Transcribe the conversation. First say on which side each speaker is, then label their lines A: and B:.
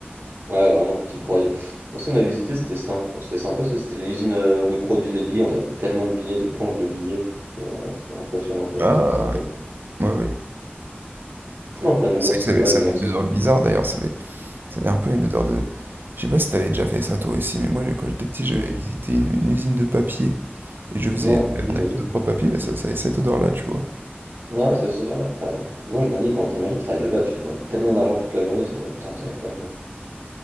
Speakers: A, on the right; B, on the right.
A: Ouais, vraiment, tu t'y croyais. Moi, ce qu'on a visité, c'était sympa, c'était sympa, c'est- c'était l'usine euh, où ils produisent les billets. On a vu tellement de billets, de planches de billets. C'était euh, c'était impressionnant, ça
B: Ah,
A: aussi, je me rappelle.
B: ouais, ouais. ouais.
A: Après, New
B: C'est
A: York,
B: vrai que
A: c'était.
B: ça avait,
A: Ouais,
B: ça
A: New York,
B: avait une
A: c'est.
B: odeur
A: que-
B: bizarre d'ailleurs, ça avait, Ça avait un peu une odeur de... Je sais pas si t'avais déjà fait ça toi aussi, mais moi quand j'étais petit,
A: Dis-moi.
B: j'avais visité une, une usine de papier. Et je faisais...
A: Non, du tout,
B: On
A: jamais.
B: avait fait deux, trois papiers, mais ça, ça avait cette odeur-là, tu vois.
A: Non, là, c'est ce là Ouais. Moi, je me dis, quand t'imagines travailler là-bas, tu te vois tellement d'argent toute la journée, ça doit te tenter hein, quand même. hein.